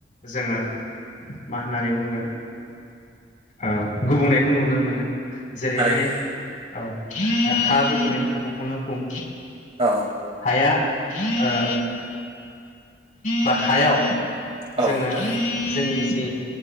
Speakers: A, on the left; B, on the right.
A: जोङो मा होननानै बुंगोन? ओ गुबुंनायखौ नुनो मोनो। जेरैहाय
B: थारैनो
A: औ ओ हा गुबुंनायनि खोथाखौनो बुं
B: औ नंगौ नोंथां औ थारैनो नंगौ
A: हाया ओ बा हायाव
B: औ
A: जोङो
B: थारैनो
A: जोंनि जि